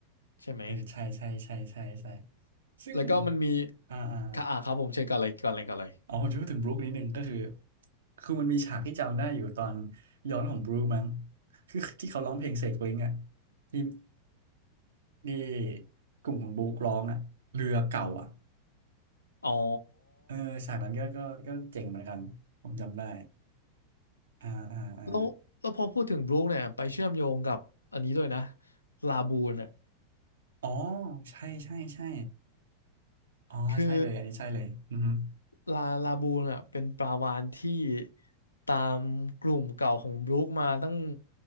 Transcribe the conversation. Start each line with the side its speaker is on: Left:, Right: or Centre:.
Left: ใช่ไหม
Right: เออใช่ใช่ใช่ใช่ใช่ซึ่ง
Left: แล้วก็มันมี
Right: อ่าอ่า
Left: ค่ะอ่าครับผมเช็คก่อนเลยก่อนเลยก่อนเลย
Right: อ๋อผมจะพูดถึงบรูคนิดนึงก็คือคือมันมีฉากที่จำได้อยู่ตอนย้อนของบรูคมั้งคือที่เขาร้องเพลงเสกวิงอ่ะที่ ที่กลุ่มของบุ๊กร้องอ่ะเรือเก่าอ่ะ
Left: อ๋อ
Right: เออฉากนั้นก็ก็ก็เจ๋งเหมือนกันผมจำได้อ่าอ่าอ่า
Left: แล้วแล้วพอพูดถึงบรูคเนี่ยไปเชื่อมโยงกับอันนี้ด้วยนะลาบูนอ่ะ
Right: อ๋อใช่ใช่ใช่อ๋อใช่เลยอันนี้ใช่เลยอือหือ
Left: คือลาลาบูนอ่ะเป็นปลาวาฬที่ตามกลุ่มเก่าของบรูคมาตั้ง